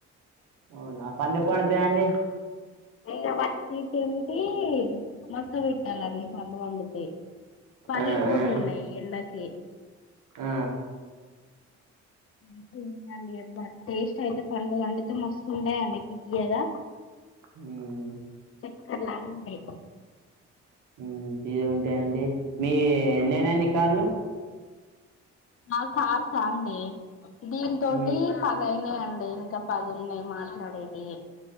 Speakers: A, on the right; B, on the left.
A: అవునా <unintelligible> అండి
B: <unintelligible> మక్క పెట్టాలండి పంట పండుతాయ్ పగిలిపోతున్నాయి
A: ఆ ఆ
B: ఎండకి
A: ఆ
B: మంచిగుందండి టేస్ట్ అయితే పండు పండితే మస్తు ఉంటాయండి తియ్యగా
A: హ్మ్
B: చక్కర లాగా ఉంటాయి
A: మ్మ్ <unintelligible> పెండి మీ ఎన్నైనాండి కాళ్ళు
B: ఆ కాల్స్ అండి దీని తోటి
A: మ్మ్
B: పదయినాయండి ఇంకా పది ఉన్నాయి మాట్లాడేది